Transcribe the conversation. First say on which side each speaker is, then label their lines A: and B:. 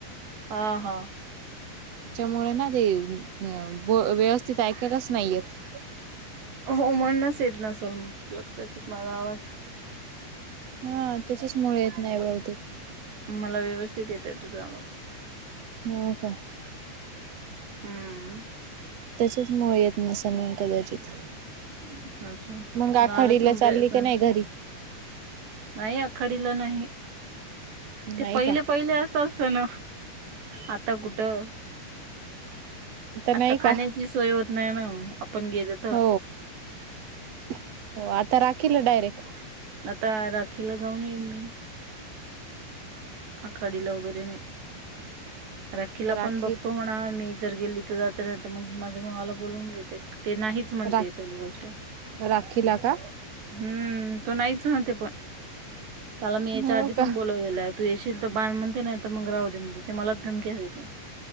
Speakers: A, on the right; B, on the right.
A: हा हा
B: त्याच्यामुळे ना ते अ व्यवस्थित ऐकायलाच नाहीयेत.
A: हो म्हणूनच येत नसल मग तूला कदाचित माझं आवाज
B: हा त्याच्या मुळे येत नाही बहुतेक
A: मला व्यवस्थित येत आहे तुझा आवाज
B: हो का
A: हम्म
B: त्याच्याच मुळे येत नसलं मग कदाचित
A: अच्छा अच्छा
B: मग आखाडीला
A: नाला चोंप्या
B: चालली
A: स्वयं
B: की नाही घरी?
A: नाही आखडला नाही ते
B: नाही
A: पहिले
B: का
A: पहिले असतात सण आता कुठं आता
B: नाही
A: खाण्याची
B: का
A: सोय होत नाही नाही ओ आपण गेलं-
B: हो हो आता राखीला डायरेक्ट
A: आता राखीला जाऊन येईन मी. आखाडीला वगैरे नाही राखीला
B: राखी
A: पण बघतो म्हणा मी जर गेली तर जाते ना तर मग माझ्या भावाला बोलून घेते ते नाही मीच म्हणते
B: रा
A: पहिली गोष्ट
B: राखीला का
A: हम्म तो नाहीच म्हणते पण त्याला मी याच्या
B: हो
A: आधी पण
B: का
A: बोलवलेलं आहे. तू येशीलल तर बाध म्हणते नाही तर मग राव दे म्हणते ते मलाच धमकी देते.